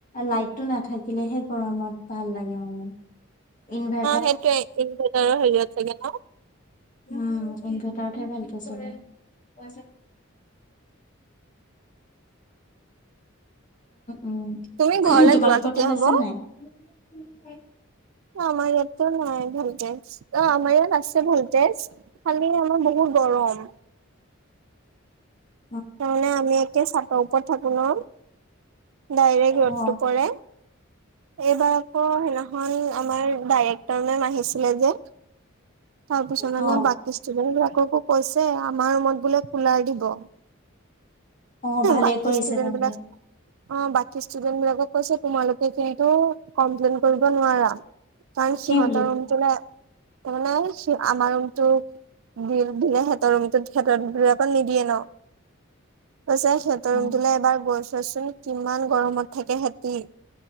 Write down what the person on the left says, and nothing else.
লাইটটো নাথাকিলেহে গৰমত ভাল লাগে মানে ইনভে
উম ইনভাৰটাৰহে ভালকে চল উ উম
তোমালোকৰ
তাত
আছে নাই
ছ
অ
অ অ
অ ভালে
কৰিছে
তেন্তে
কি বুলি
অ